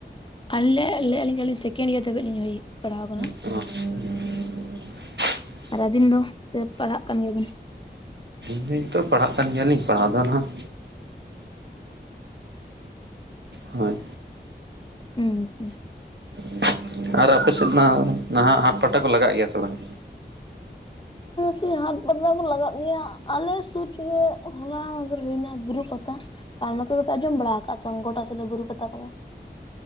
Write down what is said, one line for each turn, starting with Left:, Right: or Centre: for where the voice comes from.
Left: ᱟᱹᱞᱤᱧ ᱞᱤᱧ ᱞᱟᱹᱭᱮᱜ-ᱟ ᱟᱹᱞᱤᱧ ᱥᱮᱠᱮᱱᱰ ᱤᱭᱟᱨ ᱫᱷᱟᱹᱵᱤᱡ ᱞᱤᱧ ᱯᱟᱲᱦᱟᱣ ᱟᱠᱟᱱᱟ
Right: <unintelligible>
Left: ᱟᱨ ᱟᱹᱵᱤᱱ ᱫᱚ ᱥᱮ ᱯᱟᱲᱦᱟᱜ ᱠᱟᱱ ᱜᱮᱭᱟ ᱵᱤᱱ
Right: ᱟᱹᱞᱤᱧ ᱛᱚ ᱯᱟᱲᱦᱟᱜ ᱠᱟᱱ ᱜᱮᱭᱟᱞᱤᱧ ᱯᱟᱲᱦᱟᱣ ᱫᱚ ᱱᱟᱦᱟᱸᱜ ᱦᱳᱭ
Left: ᱦᱮᱸ <unintelligible>
Right: <inaudible> ᱟᱨ ᱟᱯᱮ ᱥᱮᱫ ᱢᱟ ᱱᱟᱦᱟᱸᱜ ᱦᱟᱴ ᱯᱟᱴᱟ ᱠᱚ ᱞᱟᱜᱟᱜ ᱜᱮᱭᱟ ᱥᱮ ᱵᱟᱝ
Left: ᱦᱮᱸ ᱦᱟᱛ ᱯᱟᱛᱟ ᱠᱚ ᱞᱟᱜᱟᱜ ᱜᱮᱭᱟ ᱟᱞᱮ ᱥᱩᱨ ᱨᱮᱜᱮ ᱦᱚᱞᱟ ᱢᱟᱫᱷᱮᱨ ᱦᱩᱭᱱᱟ ᱵᱩᱨᱩ ᱯᱟᱛᱟ ᱟᱨ ᱱᱚᱛᱮ ᱫᱚᱯᱮ ᱟᱸᱡᱚᱢ ᱵᱟᱲᱟ ᱟᱠᱟᱜ ᱟᱥᱮ ᱵᱟᱝ ᱜᱚᱴᱟ ᱥᱤᱞᱟᱹ ᱵᱩᱨᱩ ᱯᱟᱛᱟ ᱠᱚᱫᱚ